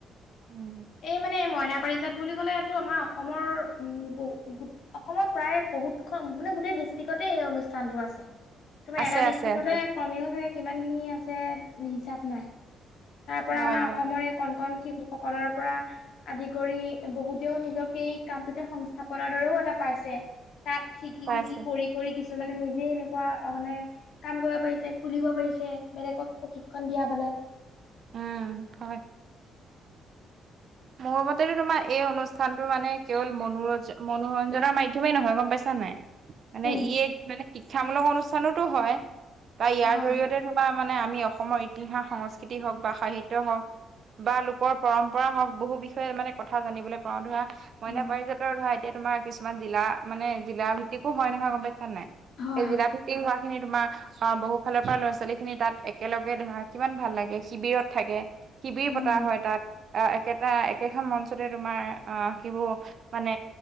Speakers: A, on the right; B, on the left.
A: উম,
B: এই মানে এই মইনা পাৰিজাত বুলি ক'লে এইটো আমাৰ অসমৰ উম, বহু অসমৰ প্ৰায় বহুতখন মানে গোটেই ডিষ্ট্ৰিক্টতে এই অনুষ্ঠানটো আছে। তোমাৰ
A: আছে
B: এটা ডিষ্ট্ৰিক্টতে
A: আছে আছে
B: কমেও চাগৈ কিমানখিনি আছে হিচাপ নাই। তাৰ পৰা
A: হয়
B: আমাৰ
A: হয়
B: অসমৰে এই কণ-কণ শিশু সকলৰ পৰা আদি কৰি বহুতেও নিজক এই কামটোতে সংস্থাপনৰ দৰেও এটা পাইছে। তাত শিকি,
A: পাইছে
B: শিকি কৰি, কৰি কিছুমানে নিজে এনেকুৱা মানে কাম কৰিব পাৰিছে, খুলিব পাৰিছে, বেলেগক প্ৰশিক্ষন দিয়া বলে।
A: উম, হয়। মোৰ মতেতো তোমাৰ এই অনুষ্ঠানটো মানে কেৱল মনোৰ-মনোৰঞ্জনৰ মাধ্যমেই নহয় গম পাইছা নাই? মানে
B: উম
A: ই এক মানে শিক্ষামূলক অনুষ্ঠানোতো হয়, <unintelligible> ইয়াৰ
B: হয়
A: জৰিয়তে
B: হয়
A: তোমাৰ মানে আমি অসমৰ ইতিহাস সংস্কৃতি হওঁক বা সাহিত্য হওক, বা লোকৰ পৰম্পৰা হওক বহু বিষয়ে মানে কথা জানিবলৈ পাও ধৰা, মইনা
B: উম
A: পাৰিজাত ধৰা এতিয়া তোমাৰ কিছুমান জিলা মানে জিলা ভিত্তিকো হয় নহয় গম পাইছা নাই?
B: হয়
A: সেই
B: হয়
A: জিলা ভি তি হোৱাখিনি তোমাৰ অ' বহু ফালৰপৰা ল'ৰা ছোৱালীখিনি তাত একেলগে ধৰা, কিমান ভাল লাগে শিবিৰত থাকে। শিবিৰ
B: উম
A: পতা হয় তাত, আ একেটা একেখন মঞ্চতে তোমাৰ আ, কিবোৰ মানে